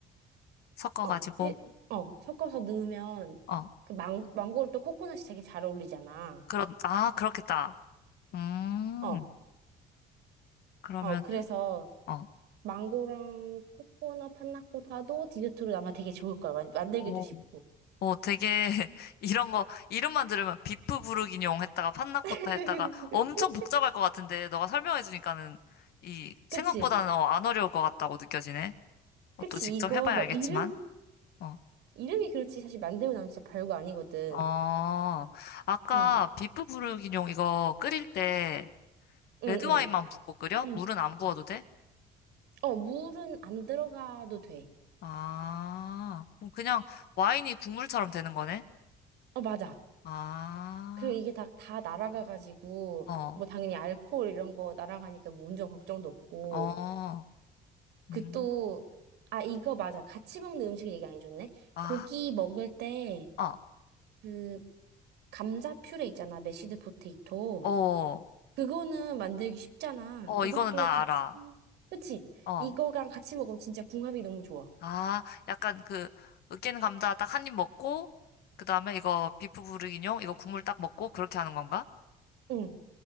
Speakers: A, on the left; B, on the right.
A: 섞어가지고
B: 어, 해, 어, 섞어서 넣으면
A: 어,
B: 그 망, 망고를 또 코코넛이 되게 잘 어울리잖아.
A: 그런 아 그렇겠다. 음
B: 어,
A: 그러면은
B: 어, 그래서
A: 어,
B: 망고랑 코코넛 판나코타도 디저트로 아마 되게 좋을 거야. 만- 만들기도
A: 오,
B: 쉽고.
A: 오 되게 <laughs> 이런 거 이름만 들으면 비프 부르기뇽 했다가 판나코타
B: <laughs>
A: 했다가 엄청 복잡할 것 같은데 너가 설명해주니까는 이 생각보다는
B: 그치?
A: 어, 안 어려울 것 같다고 느껴지네. 어,
B: 그치?
A: 또 직접
B: 이거
A: 해봐야
B: 막
A: 알겠지만
B: 이름이
A: 어,
B: 이름이 그렇지 사실 만들고 나면 진짜 별거 아니거든.
A: 어 아까
B: 응,
A: 비프 부르기뇽 이거 끓일 때
B: 응,
A: 레드와인만 붓고 끓여?
B: 응.
A: 물은
B: <clears throat>
A: 안 부어도 돼?
B: 어, 물은 안 들어가도 돼.
A: 아, 그럼 그냥 와인이 국물처럼 되는 거네?
B: 어, 맞아.
A: 아,
B: 그리고 이게 다, 다 날아가가지고,
A: 어,
B: 뭐 당연히 알코올 이런 거 날아가니까 뭐 운전 걱정도 없고.
A: 어,
B: 그
A: 음,
B: 또, 아, 이거 맞아. 같이 먹는 음식 얘기 안 해줬네.
A: 아,
B: 고기 먹을 때,
A: 어,
B: 그, 감자 퓨레 있잖아. 메시드 포테이토.
A: 어,
B: 그거는 만들기 쉽잖아.
A: 어,
B: 이것도
A: 이거는 나
B: 같이,
A: 알아.
B: 그치?
A: 어,
B: 이거랑 같이 먹으면 진짜 궁합이 너무 좋아.
A: 아, 약간 그, 으깬 감자 딱 한 입 먹고, 그 다음에 이거 비프 부르기뇽, 이거 국물 딱 먹고, 그렇게 하는 건가?
B: 응,